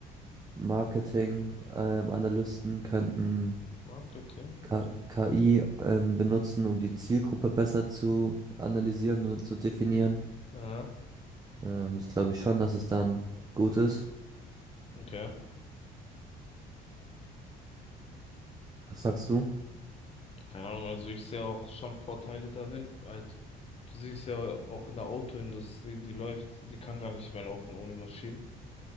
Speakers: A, on the right (about 20°); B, on the left (about 35°).
A: Marketing, ähm, Analysten könnten
B: Marketing.
A: K
B: Okay.
A: KI ähm, benutzen, um die Zielgruppe besser zu analysieren und zu definieren.
B: Ja.
A: Ähm, das glaube ich schon, dass es dann gut ist.
B: Okay.
A: Was sagst du?
B: Keine Ahnung, also ich sehe auch schon Vorteile darin. Halt, du siehst ja auch in der Autoindustrie, die läuft, die kann gar nicht mehr laufen ohne Maschinen.